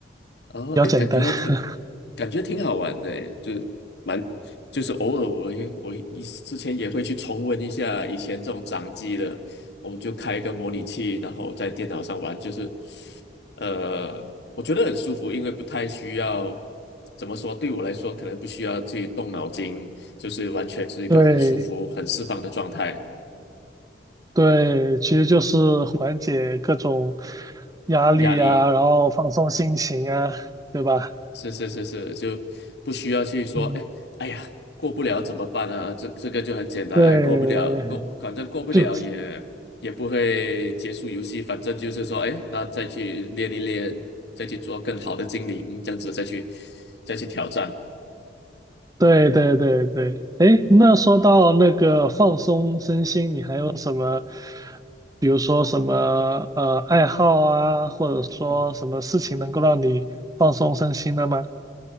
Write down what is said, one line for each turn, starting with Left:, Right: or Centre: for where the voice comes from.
Left: 哦，
Right: 比较简单。
Left: 哎，感觉还挺，
Right: <laughs>
Left: 感觉挺好玩的诶，就是蛮，就是偶尔我也我以之前也会去重温一下以前这种掌机的，我们就开一个模拟器，然后在电脑上玩，就是，呃，我觉得很舒服，因为不太需要，怎么说，对我来说可能不需要去动脑筋，就是完全是一个很舒服、
Right: 对
Left: 很释放的状态，
Right: 对，其实就是缓解各种压力啊，
Left: 压力。
Right: 然后放松心情啊，对吧？
Left: 是是是是，就不需要去说，
Right: 嗯，
Left: 哎哎呀，过不了怎么办啊？这这个就很简单，
Right: 对，
Left: 哎，过不了，过反正过不了也也不会结束游戏，
Right: 就
Left: 反正就是说，哎，那再去练一练，再去做更好的精灵，这样子再去再去挑战。
Right: 对对对对。哎，那说到那个放松身心，你还有什么，比如说什么呃爱好啊，或者说什么事情能够让你放松身心的吗？
Left: 嗯